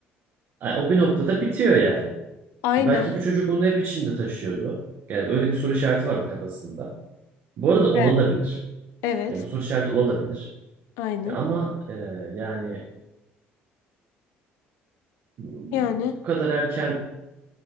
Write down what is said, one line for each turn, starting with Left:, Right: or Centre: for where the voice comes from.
Right: ay, o bir noktada bitiyor yani.
Left: Aynen.
Right: Belki bu çocuk onu hep içinde taşıyordu. Yani öyle bir soru işareti vardı kafasında. Bu arada olabilir.
Left: he Evet.
Right: Yani bu soru işareti olabilir.
Left: Aynen.
Right: E, Ama e, yani bu
Left: Yani
Right: kadar erken